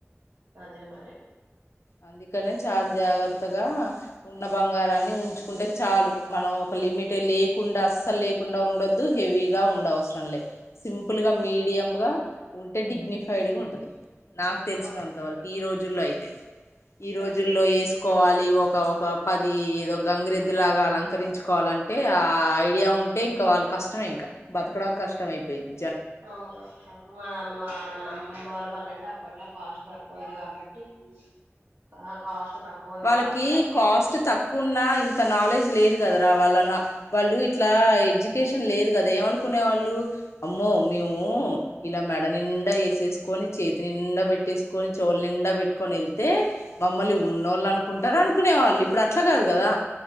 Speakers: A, on the right; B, on the left.
A: అదే మరి
B: అందుకనే చాలా జాగ్రత్తగా ఉన్న బంగారాన్ని ఉంచుకుంటే చాలు మనం ఒక లిమిట్ లేకుండా అస్సలు లేకుండా ఉండొద్దు హెవీగా ఉండ అవసరం లే సింపుల్గా మీడియంగా ఉంటే డిగ్నిఫైడ్ గా ఉంటది నాకు తెలిసినంతవరకు
A: ఆ
B: ఈ రోజు జూలైయితే ఈ రోజుల్లో
A: అదే
B: వేసుకోవాలి ఒక ఒక పది ఏదో గంగిరెద్దు లాగా అలంకరించుకోవాలంటే ఆ ఐడియా ఉంటే ఇంకా వాళ్ళు కష్టమే ఇంకా బతకడం కష్టం అయిపోయింది
A: అవును అక్క మన అమ్మ మన అమ్మ వాళ్ళు ంటే అప్పట్లో కాస్ట్ తక్కువంది కాబట్టి కా కాస్ట్ తక్కువ ఉంది
B: వాళ్ళకి
A: కాబట్టి అప్ప
B: కాస్ట్ తక్కువన్న ఇంత నాలెడ్జ్ లేదు కదా రా వాళ్లన్నా, వాళ్ళు ఇట్లా ఎడ్యుకేషన్ లేదు కదా, ఏమనుకునేవాళ్ళు, అమ్మో అమ్మియో, ఇలా మెడ నిండా వేసేసుకుని, చేతి నిండా పెట్టేసుకొని, చోలి నిండా పెట్టుకొని వెళ్తే, మమ్మలు. ఉన్నోళ్ళు అనుకుంటారు అనుకునే వాళ్ళు ఇప్పుడు అట్లా కాదు
A: ఉమ్
B: కదా